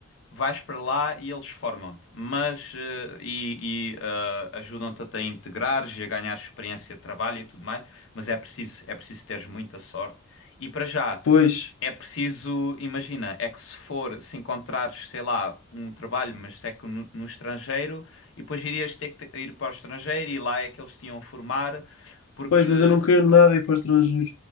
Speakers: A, on the left; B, on the left.
A: vais para lá e eles formam-te, mas eh, e, e, eh, ajudam-te a te integrares e a ganhar experiência de trabalho e tudo mais, mas é preciso, é preciso teres muita sorte. E para já,
B: Pois,
A: é preciso, imagina, é que se for, se encontrares, sei lá, um trabalho, mas é que no, no estrangeiro, e depois irias ter que te- ir para o estrangeiro e lá é que eles te iam formar, porque
B: pois, mas eu não queria nada ir para o estrangeiro.